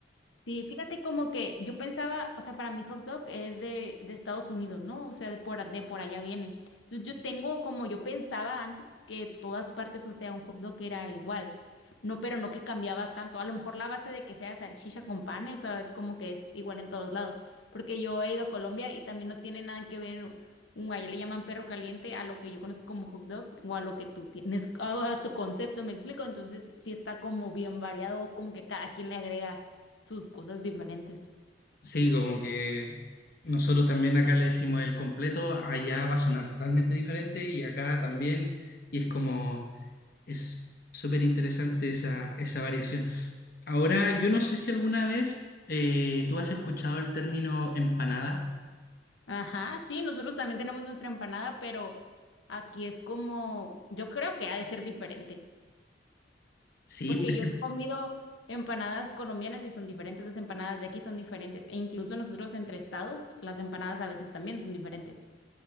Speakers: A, on the left; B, on the left.
A: Sí, fíjate como que yo pensaba, o sea, para mí hot dog es de, de Estados Unidos, ¿no? O sea, de por, a- de por allá viene. Entonces yo tengo como yo pensaba antes que todas partes, o sea, un hot dog era igual. No, pero no que cambiaba tanto. A lo mejor la base de que sea salchicha con pan, eso es como que es igual en todos lados. Porque yo he ido a Colombia y también no tiene nada que ver, un, allá le llaman perro caliente a lo que yo conozco como hot dog o a lo que tú tienes, <laughs> a a tu concepto, ¿me explico? Entonces sí está como bien variado, como que cada quien le agrega sus cosas diferentes.
B: Sí, como que nosotros también acá le decimos el completo, allá va a sonar totalmente diferente y acá también, y es como, es súper interesante esa, esa variación. Ahora, yo no sé si alguna vez eh, tú has escuchado el término empanada.
A: Ajá, sí, nosotros también tenemos nuestra empanada, pero aquí es como, yo creo que ha de ser diferente,
B: Sí,
A: porque
B: por ejemplo.
A: yo he comido empanadas colombianas y son diferentes, las empanadas de aquí son diferentes, e incluso nosotros entre estados, las empanadas a veces también son diferentes.